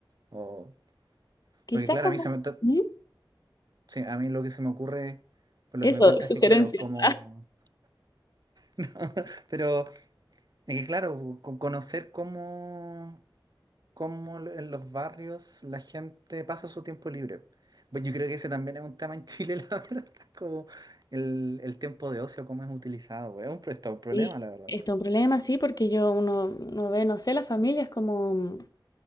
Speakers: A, on the right; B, on the left.
A: O,
B: Quizá
A: porque claro,
B: como...
A: a mí, se me, to-
B: ¿Mm?
A: sí, a mí lo que se me ocurre, por
B: Eso,
A: lo que me cuentas
B: sugerencias.
A: es que claro, es como... <laughs> Pero es que claro, co- conocer cómo... cómo l- en los barrios la gente pasa su tiempo libre. Pues yo creo que ese también es un tema en Chile, <laughs> la verdad, como el, el tiempo de ocio, cómo es utilizado, güey. Es un, pro- está un problema,
B: Sí,
A: la verdad.
B: está
A: pues.
B: un problema, sí, porque yo uno, uno ve, no sé, las familias como